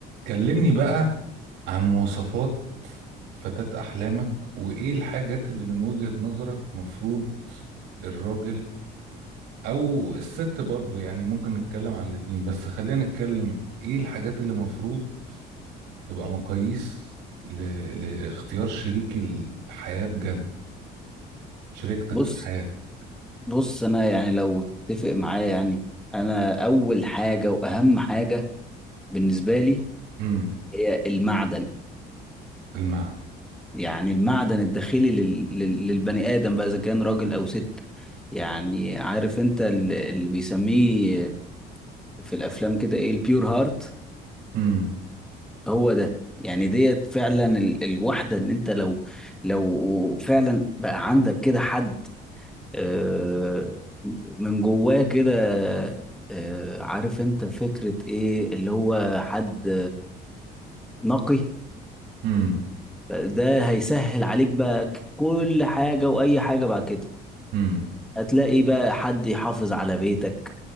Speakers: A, on the right; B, in the centre.
A: كلمني بقى عن مواصفات فتاة أحلامك وإيه الحاجات اللي من وجهة نظرك مفروض الراجل أو الست برضو يعني ممكن نتكلم على الاتنين بس خلينا نتكلم إيه الحاجات اللي مفروض تبقى مقاييس ل... لاختيار شريك الحياة بجد شريكتك
B: بص
A: في حياتك
B: بص انا يعني لو اتفق معايا يعني انا اول حاجه واهم حاجه بالنسبه لي
A: امم
B: هي المعدن
A: المعد
B: يعني المعدن الداخلي لل... لل... للبني ادم بقى اذا كان راجل او ست يعني عارف انت ال- اللي بيسميه في الافلام كده ايه البيور هارت
A: امم
B: هو ده يعني ديت فعلا ال... الواحده ان انت لو لو فعلا بقى عندك كده حد آه، من جواه كده آه، عارف انت فكرة ايه اللي هو حد نقي
A: امم
B: ده هيسهل عليك بقى كل حاجة وأي حاجة بعد كده
A: امم
B: هتلاقي بقى حد يحافظ على بيتك